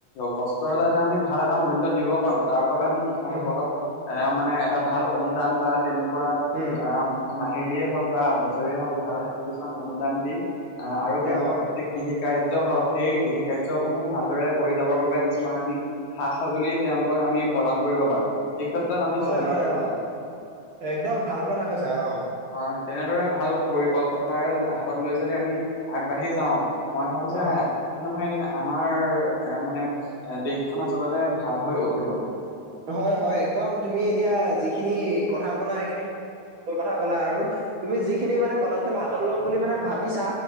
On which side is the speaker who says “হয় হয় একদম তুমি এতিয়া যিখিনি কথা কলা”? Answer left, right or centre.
Right